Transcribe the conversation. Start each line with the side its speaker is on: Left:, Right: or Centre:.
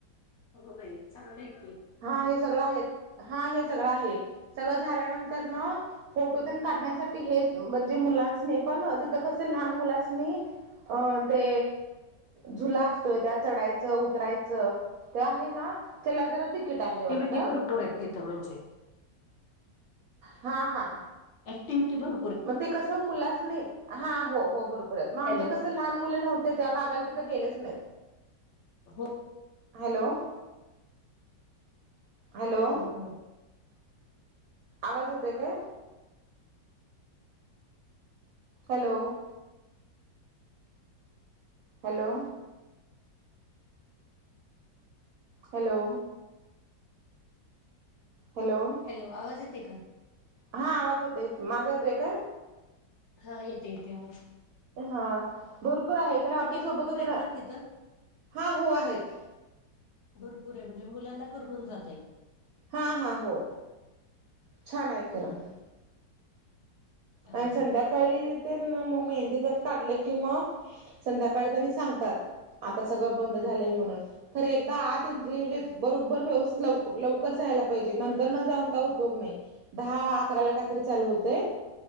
Left: अगो बाई, चांगलंय की.
Right: हा हे सगळं आहे, हा हे सगळं आहे, सगळं झाल्यानंतर न फोटो तेन काढण्यासाठी हेच, म्हणजे मुलास्नी पण तिथं कसं लहान मुलास्नी अं ते झुला असतोय त्यात चढायचं-उतरायचं. ते आहे ना, त्याला जर तिकीट आहे वाटतं,
Left: टीव्हीटी भरपूर आहेत तिथं म्हणजे
Right: हा हा.
Left: ऍक्टिव्हिटी भर
Right: मग ते कसं मुलास्नि, हा हो हो बरोबरए मग आमचे
Left: हॅलो.
Right: कसं लहान मुलं नव्ह ते त्या भागाला तिथे गेलेच नाहीत.
Left: हो
Right: हॅलो! हॅलो
Left: बरोबर.
Right: आवाज येतोय काय? Hello! Hello! Hello! Hello!
Left: Hello! आवाज येते का?
Right: हा आवाज येतो, माझा येतोय काय?
Left: हा येते येते आवाज.
Right: हा भरपूर आहे,
Left: ऍक्टिव्हटी
Right: कारण आमच्यासोबत
Left: भरपूर
Right: होते
Left: आहेत
Right: ना,
Left: तिथं
Right: हा हो आहेत.
Left: भरपूर आहे, म्हणजे मुलांना करमुन जातय.
Right: हा हा हो, छान आहे खरं.
Left: चांगलंय.
Right: आणि संध्या काळी ते मग मेहंदी तेन काढले कि मग, संध्याकाळी त्यांनी सांगतात. आता सगळं बंद
Left: हम्म
Right: झालंय म्हणून. खरं एकदा आत एंट्री म्हणजे, बरोबर व्यवस्थित लव लवकर जायला पाहिजे, नंतरन जाऊन काय उपयोग नाही. दहा अकराला कायतरी चालू होतय.